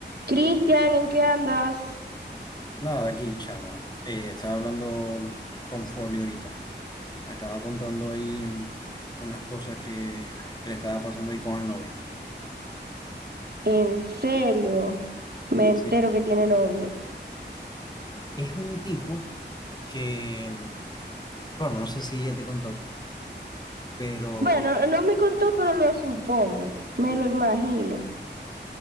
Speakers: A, on the right; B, on the left.
A: Cristian, ¿en qué andas?
B: Nada, aquí, chama. Eh, estaba hablando con Folio ahorita. Me estaba contando ahí mm, unas cosas que, que le estaba pasando ahí con el novio.
A: En serio, me entero
B: Sí.
A: que tiene novio.
B: Es un tipo que, mm, bueno, no sé si ya te contó, pero
A: Bueno, no me contó, pero lo supongo, me lo imagino.